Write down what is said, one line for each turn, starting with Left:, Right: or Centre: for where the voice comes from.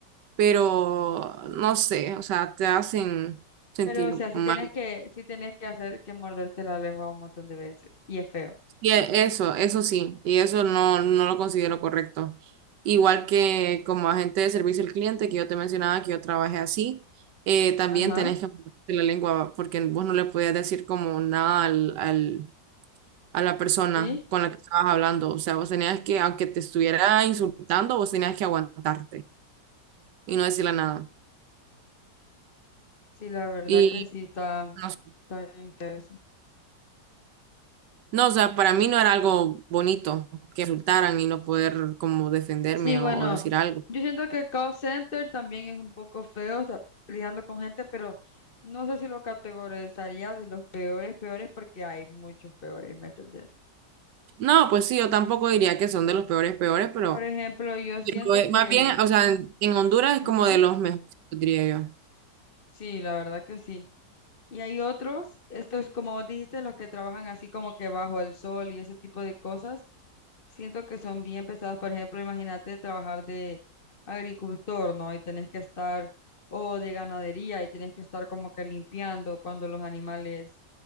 Right: pero, no sé, o sea, te hacen sentir
Left: Pero, o sea, sí
Right: mal.
Left: tienes que, sí tienes que hacer que morderte la lengua un montón de veces. Y es feo.
Right: Y e- eso, eso sí, y eso no, no lo considero correcto. Igual que como agente de servicio al cliente, que yo te mencionaba que yo trabajé así, eh, también
Left: Ajá.
Right: tenés que manejarte la lengua, porque vos no le podías decir como nada al, al- a la persona
Left: Sí,
Right: con la que estabas hablando. O sea, vos tenías que, aunque te estuviera insultando, vos tenías que aguantarte y no decirle nada.
Left: sí, la verdad
Right: Y
Left: que sí, está,
Right: no, sé.
Left: está bien feo eso.
Right: no, o sea, para mí no era algo bonito que insultaran y no poder como defenderme
Left: Sí, bueno,
Right: o o decir algo.
Left: yo siento que call center también es un poco feo, o sea, lidiando con gente, pero no sé si lo categorizaría de los peores, peores, porque hay muchos peores, ¿me entendés?
Right: No, pues sí, yo tampoco diría que son de los peores, peores, pero,
Left: Por ejemplo, yo
Right: pero,
Left: siento
Right: eh,
Left: que,
Right: más bien, o sea, en, en Honduras es
Left: ajá,
Right: como de los mejores, diría yo.
Left: sí, la verdad que sí. Y hay otros, estos como vos dijiste, los que trabajan así como que bajo el sol y ese tipo de cosas, siento que son bien pesados. Por ejemplo, imagínate trabajar de agricultor, ¿no? Y tenés que estar, o de ganadería, y tenés que estar como que limpiando cuando los animales